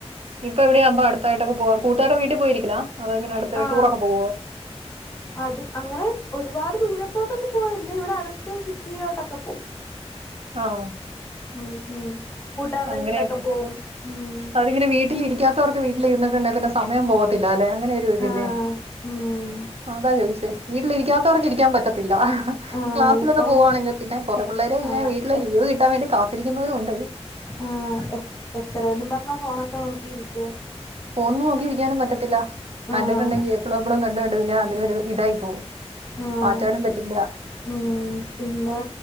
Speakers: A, on the right; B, on the left.
A: ഇപ്പൊ ഇവിടെയാവുമ്പോ അടുത്തായിട്ടൊക്കെ പോവാ കൂട്ടുകാർടെ വീട്ടി പോയിരിക്കലാ അതോ ഇങ്ങനെ അടുത്ത്
B: ആഹ്
A: ടൂറൊക്കെ പോവോ
B: അ അങ്ങനെ ഒരുപാട് ദൂരം പൊറത്തോട്ടൊന്നും പോയില്ല ഇവിടെ അടുത്ത സിറ്റിയിലോട്ടൊക്കെ പോം
A: ആഹ്
B: ഉം ഉം കൂട്ടുകാരുടെ
A: അങ്ങനെയൊക്കെ
B: വീട്ടിലൊക്കെ പോവും ഉം
A: അതിങ്ങനെ വീട്ടിലിരിക്കാത്തവർക്ക് വീട്ടിലിരുന്ന് പിന്നെ സമയം പോകത്തില്ല അല്ലെ അങ്ങനോരു ഇതില്ലേ
B: ആഹ് ഉം
A: അതാ ചോദിച്ചേ വീട്ടിലിരിക്കാത്തവർക്ക് ഇരിക്കാൻ പറ്റത്തില്ല
B: ആഹ്
A: ക്ലാസ്സിലൊക്കെ
B: ഇപ്പം
A: പോകവാണെങ്കി പിന്നെ കൊറേ പിള്ളേര് പിന്നെ
B: ആഹ്
A: വീട്ടില് ലീവ് കിട്ടാൻ വേണ്ടി കാ ത്തിരിക്കുന്നവരുണ്ട്
B: ആഹ് എത്രയെന്നും പറഞ്ഞ ഫോണൊക്കെ നോക്കിയിരിക്ക
A: പോന്ന് നോക്കിയിരിക്കാനും പറ്റത്തില്ല
B: ആഹ്
A: കണ്ടിട്ടുണ്ടെങ്കി എപ്പളും എപ്പളും ണ്ട് പിന്നെ അതിനൊരു ഇതായി പോവും
B: ആഹ
A: മാറ്റാനും പറ്റില്ല
B: ഉം പിന്നെ